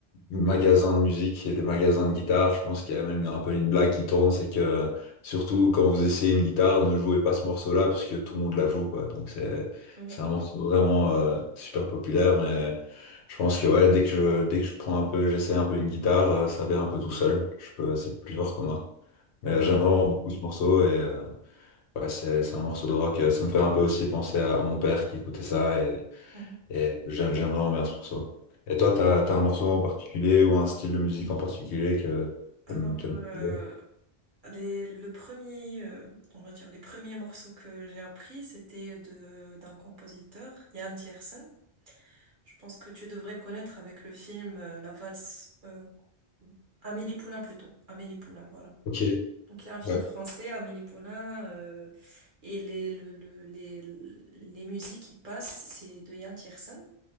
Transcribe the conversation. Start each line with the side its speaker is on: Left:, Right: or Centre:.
Left: magasins de musique et des magasins de guitare, je pense qu'il y a même un peu une blague qui tourne, c'est que surtout quand vous essayez une guitare, ne jouez pas ce morceau-là parce que tout le monde la joue, quoi. Donc c'est
Right: Ouais.
Left: c'est un morceau vraiment euh, super populaire, mais je pense que ouais, dès que je dès que je prends un peu, j'essaie un peu une guitare, euh, ça vient un peu tout seul. Je peux, c'est plus fort que moi. Mais
Right: Là.
Left: j'aime vraiment beaucoup ce morceau et euh, ouais, c'est c'est un morceau de rock. Ça me fait un peu aussi penser à, à mon père qui écoutait ça et
Right: Mhm.
Left: j'a- j'aimerais en verse pour ça. Et toi, t'as, t'as un morceau en particulier ou un style de musique en particulier que
Right: Alors,
Left: t'aimes, t'aimes
Right: euh,
Left: bien
Right: les, le premier, euh, on va dire les premiers morceaux que j'ai appris, c'était de d'un compositeur, Jan Tiersen. Je pense que tu devrais le connaître avec le film euh, La valse euh, Amélie Poulain plutôt. Amélie Poulain, voilà.
Left: Ok,
Right: Donc il y a un film
Left: ouais.
Right: français, Amélie Poulain, euh, et les, le, le- les, les musiques qui passent, c'est de Yann Tiersen.